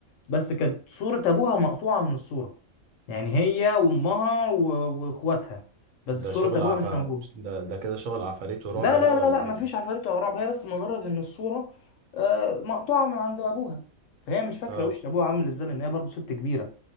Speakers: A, on the left; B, on the right.
A: بس كانت صورة ابوها مقطوعة من الصورة يعني هي وامها و- واخواتها بس
B: ده
A: صورة
B: شغل
A: ابوها
B: عف
A: مش موجودة
B: ده ده كده شغل عفاريت ورعب
A: لا
B: بقى
A: لا لا
B: ولا
A: لا مفيش
B: ايه ده
A: عفاريت ولا رعب هي بس مجرد ان الصورة آه مقطوعة من عند ابوها فهي مش فاكرة
B: اه
A: وش ابوها عامل ازاي لان هي برضه ست كبيرة